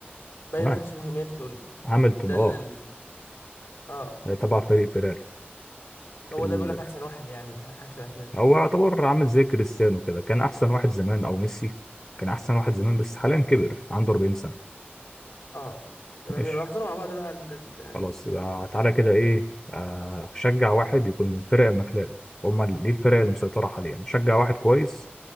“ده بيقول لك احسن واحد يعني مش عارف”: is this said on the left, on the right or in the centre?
Left